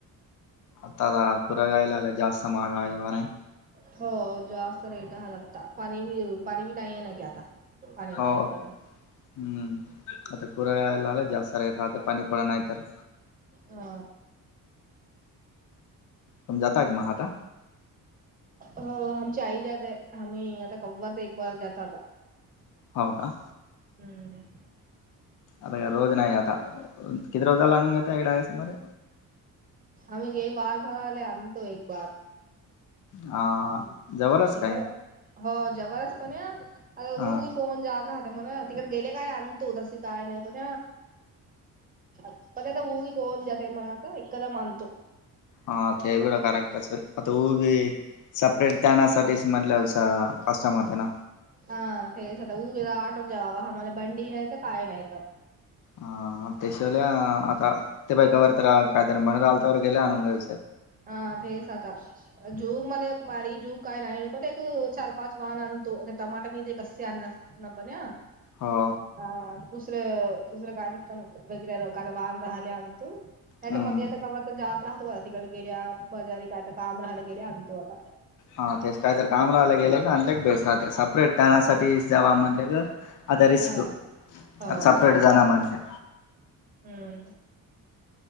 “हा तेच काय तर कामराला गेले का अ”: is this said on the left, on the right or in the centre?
Left